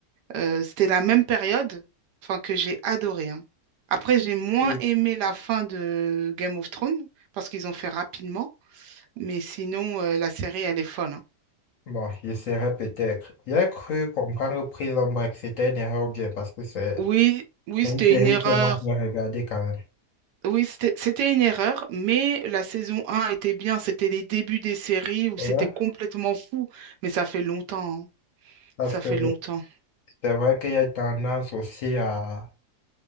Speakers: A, on the right; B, on the left.
A: euh, c'était la même période, enfin que j'ai adoré. hein. Après, j'ai moins
B: Et-
A: aimé la fin de Game of Thrones parce qu'ils ont fait rapidement, mais sinon, euh, la série, elle est folle. hein.
B: Bon, j'essaierai peut-être. J'ai cru comprendre Prison Break, c'était une erreur ou bien parce que c'est
A: Oui, oui,
B: c'est
A: c'était
B: une série
A: une erreur.
B: que moi je vais regarder quand même.
A: Oui, c'était c'était une erreur, mais la saison 1 était bien. C'était les débuts des séries où
B: Ouais.
A: c'était complètement fou. Mais ça fait longtemps. hein.
B: Parce
A: Ça
B: que
A: fait longtemps.
B: c'est vrai qu'il y a tendance aussi à,